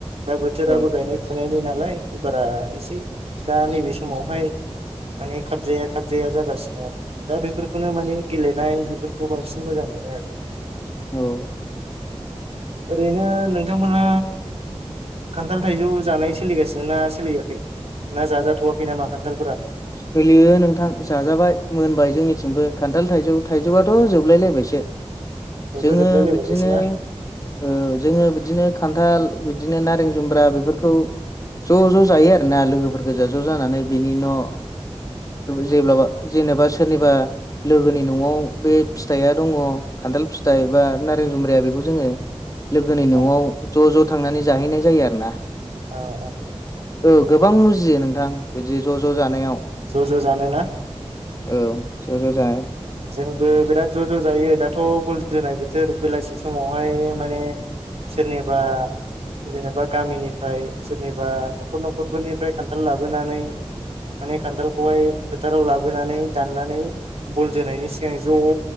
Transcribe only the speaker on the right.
दा बोथोराबो
गायनाय फुनायनि ना नालाय बारा एसे दा नैबे समावहाय माने खाबजाया खाबजाया जागासिनो आरो दा बेफोरखौनो माने गेलेनाय बेफोरखौ बांसिन मोजां मोनो आरो
ओरैनो नोंथांमोना खान्थाल थाइजौ जानाय सोलिगासिनो ना सोलियाखै ना जाजाथ'वाखै नामा खान्थालफोरा
थाइजौआ
जोबलाय लायबावबायसोना
अ
औ
औ औ
ज ज' जानो ना
जोंबो बिराद ज' ज' जायो दाथ' बल जोनाय बोथोर बेलासि समावहाय माने सोरनिबा जेनेबा गामिनिफ्राय सोरनिबा न'खर न'खरफोरनिफ्राय खान्थाल लाबोनानै माने खान्थालखौहाय फोथाराव लाबोनानै दाननानै बल जोनायनि सिगां ज'